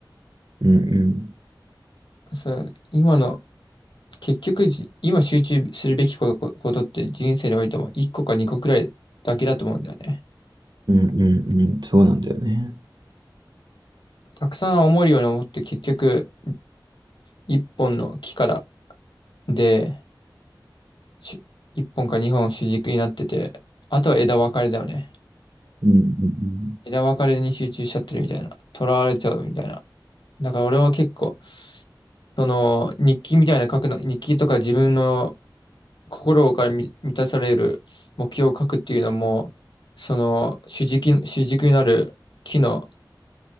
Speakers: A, on the right; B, on the left.
A: うんうん。
B: そう今の、結局じ、今集中するべきこと、ことって人生においても1個か2個くらいだけだと思うんだよね。
A: うんうんうん。そうなんだよね。
B: たくさん思えるように思って結局、1本の木からで、し1本か2本主軸になってて、あとは枝分かれだよね。
A: うんうん
B: 枝分かれに集中しちゃってるみたいな。囚われちゃうみたいな。だから俺は結構、その、日記みたいな書くの、日記とか自分の心からみ満たされる目標を書くっていうのも、その、主軸、主軸になる木の